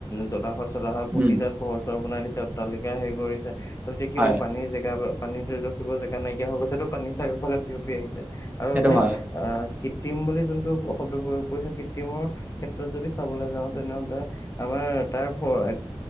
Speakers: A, on the left; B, on the right.
A: জলাশয়, চলা হয় পুতি
B: উম
A: তাত ঘৰ চৰ বনাই দিছে, অট্টালিকা হেৰি কৰিছে ততে কি
B: হয়
A: হব পানীৰ জেগা, পানী ৰখিব জেগা নাইকিয়া হৈ গৈছে তাটো পানী চাৰিওফালে বিয়পি আহিছে। আৰু
B: সেইটো
A: আপুনি
B: হয়
A: আহ, কৃত্ৰিম বুলি যোনটো শব্দ প্ৰয়োগ কৰিছে। কৃত্ৰিমৰ ক্ষেত্ৰত যদি চাবলৈ যাওঁ তেনেহলে, আমাৰ তাৰ এক